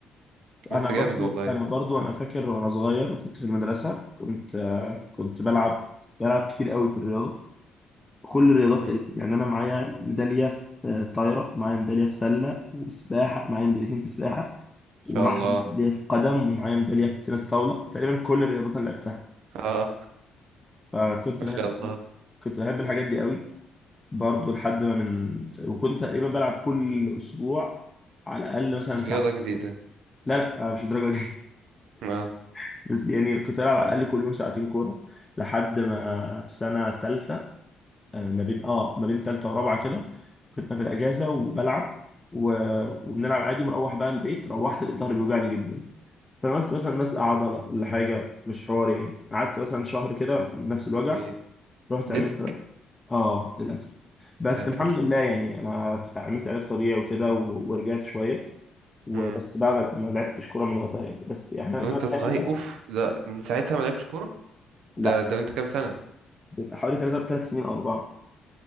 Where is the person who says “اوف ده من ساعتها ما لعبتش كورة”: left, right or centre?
Right